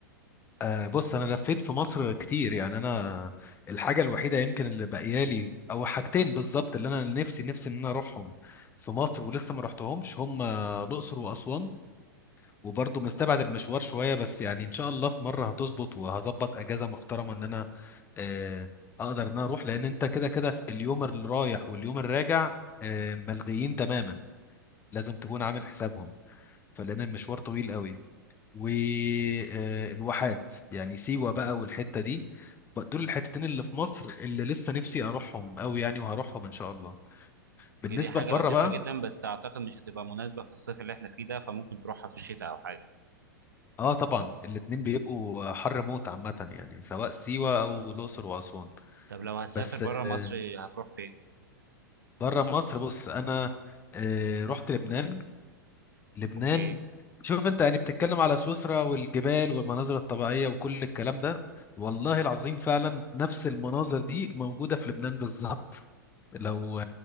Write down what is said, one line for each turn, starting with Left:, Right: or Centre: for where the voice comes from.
Left: آه، بص انا لفيت في مصر كتير يعني انا الحاجة الوحيدة يمكن اللي باقيالي او حاجتين بالظبط اللي انا نفسي نفسي ان انا اروحهم في مصر ولسه ما رحتهمش هم الاقصر واسوان وبرضه مستبعد المشوار شوية بس يعني إن شاء الله في مرة هتظبط وهظبط أجازة محترمة إن أنا آه، أقدر إن أنا أروح لأن أنت كده كده في اليوم اللي رايح واليوم الراجع آه، ملغيين تماما لازم تكون عامل حسابهم فلأن المشوار طويل قوي والواحات يعني سيوة بقى والحتة دي ب- دول الحتتين اللي في مصر اللي لسه نفسي أروحهم قوي يعني وهروحهم إن شاء الله بالنسبة
Right: هي دي حاجه
Left: لبره
Right: لطيفه
Left: بقى
Right: جدا بس اعتقد مش هتبقى مناسبه في الصيف اللي احنا فيه ده فممكن تروحها في الشتاء او حاجه
Left: اه طبعا الاتنين بيبقوا حر موت عامة يعني سواء سيوة أو الأقصر وأسوان
Right: طب لو هتسافر
Left: بس
Right: بره مصر
Left: آه،
Right: هتروح فين
Left: بره مصر بص انا آه، رحت لبنان لبنان
Right: اوكي
Left: شوف انت يعني بتتكلم على سويسرا والجبال والمناظر الطبيعية وكل الكلام ده والله العظيم فعلا نفس المناظر دي موجودة في لبنان بالظبط لو